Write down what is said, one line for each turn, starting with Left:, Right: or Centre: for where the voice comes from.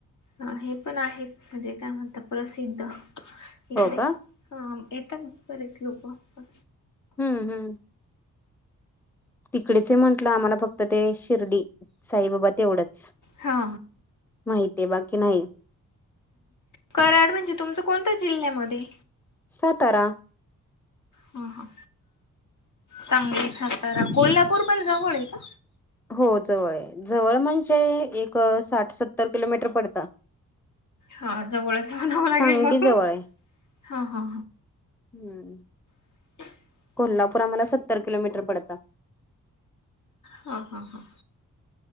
Left: अ हे पण आहेत. म्हणजे काय म्हणता प्रसिद्ध इकडे,
Centre: हो का
Left: हा, येतात बरेच लोक पण.
Centre: हम्म हम्म. तिकडेच म्हटलं आम्हाला फक्त ते, शिर्डी साईबाबा तेवढंच.
Left: हा.
Centre: माहिती आहे बाकी नाही.
Left: कराड म्हणजे, तुमच कोणत्या जिल्ह्यामध्ये
Centre: सातारा.
Left: हा हा, सांगली सातारा कोल्हापूर पण जवळ आहे का?
Centre: हो, जवळ जवळ म्हणजे एक साठ सत्तर किलोमीटर पडतं.
Left: हा जवळच म्हणावं लागेल
Centre: सांगली
Left: मग
Centre: जवळ आहे
Left: हा हा.
Centre: हम्म.
Left: <inaudible>
Centre: कोल्हापूर आम्हाला सत्तर किलोमीटर पडतं.
Left: हां हां हां.